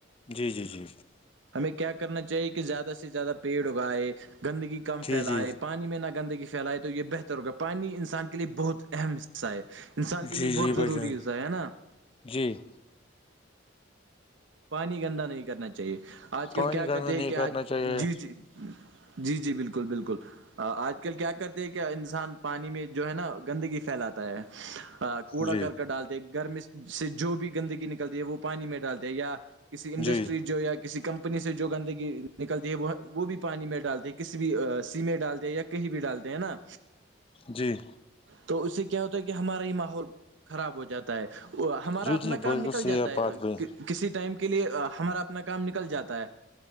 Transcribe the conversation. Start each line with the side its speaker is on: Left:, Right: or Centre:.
Left: جی جی جی
Right: ہمیں کیا کرنا چاہیے کہ زیادہ سے زیادہ پیڑ اگائے گندگی کم
Left: جی
Right: پھیلائے
Left: جی
Right: پانی میں نہ گندگی پھیلائے تو یہ بہتر ہوگا پانی انسان کے لیے بہت اہم حصہ ہے انسان کے
Left: جی
Right: لیے
Left: جی
Right: بہت
Left: بھائی
Right: ضری
Left: جان
Right: ہے نا
Left: جی
Right: پانی گندا نہیں کرنا چاہیے آج کل
Left: پانی
Right: کیا
Left: گندا
Right: کرتے
Left: نہیں
Right: ہیں کہ
Left: کرنا چاہیے
Right: جی جی جی جی بالکل بالکل آج کل کیا کرتے ہیں کیا انسان پانی میں جو ہے نا گندگی پھیلاتا ہے کوڑا
Left: جی
Right: کرک ڈالتے گرمی سے جو بھی گندگی نکلتی ہے وہ پانی میں ڈالتے ہیں یا کسی انڈسٹری
Left: جی
Right: جو یا کسی کمپنی سے جو گندگی نکلتی ہے وہ وہ بھی پانی میں ڈالتی ہے کسی بھی سی میں ڈالتے ہیں یا کہیں بھی ڈالتے ہیں نا
Left: جی
Right: تو اس سے کیا ہوتا ہے کہ ہمارا یہ ماحول خراب ہو جاتا ہے وہ ہمارا
Left: جی
Right: اپنا
Left: جی
Right: کام
Left: بالکل
Right: نکل
Left: صحیح
Right: جاتا
Left: آپ
Right: ہے
Left: بات بھائی
Right: کسی ٹائم لیے ہمارا اپنا کام نکل جاتا ہے